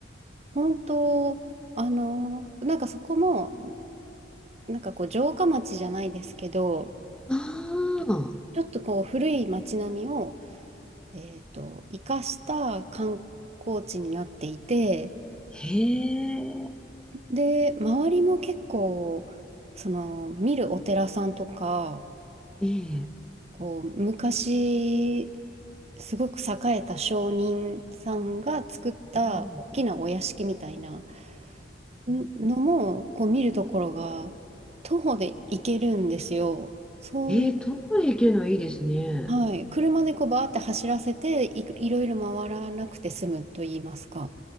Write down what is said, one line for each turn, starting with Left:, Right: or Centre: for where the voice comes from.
Right: 本当、あの、なんかそこも、なんかこう城下町じゃないですけど、
Centre: ああ、
Right: ちょっとこう古い町並みを、えっと、生かした観光地になっていて、
Centre: へえ
Right: で、周りも結構、その、見るお寺さんとか、
Centre: ええ
Right: こう、昔、すごく栄えた商人さんが作った大きなお屋敷みたいな、
Centre: うん
Right: んのも、こう見るところが、徒歩で行けるんですよ。そういう、
Centre: ええ遠い行けるのいいですね。
Right: はい。車でこうバーって走らせて、い、いろいろ回らなくて済むと言いますか。